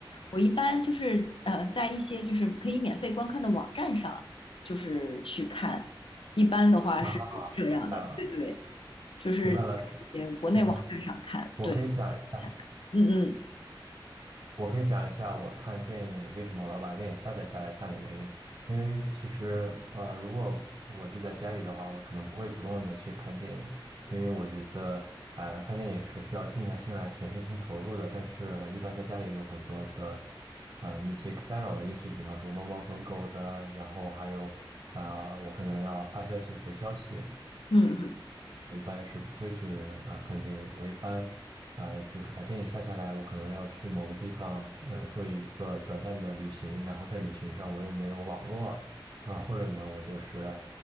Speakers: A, on the left; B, on the right.
A: 我一般就是呃，在一些就是可以免费观看的网站上，就是去看。一般的话是这样的，
B: 啊，明白了，
A: 对对，就是在一些国内网站上看，
B: 明白了。我可以讲一下，
A: 对，下来，嗯嗯
B: 我可以讲一下我看电影为什么我要把电影下载下来看的原因。因为其实，呃，如果我就在家里的话，我可能不会主动的去看电影，因为我觉得，呃，看电影是需要静下心来，全身心投入的。但是，一般在家里有很多的一些干扰的因素，比方说猫猫狗狗的，然后还有，啊、我可能要发消息、回消息。
A: 嗯。
B: 我一般是不会去啊、呃看电影，我一般呃就是把电影下下来，我可能要去某个地方呃做一个短暂的旅行，然后在旅行上我又没有网络啊、或者呢我就是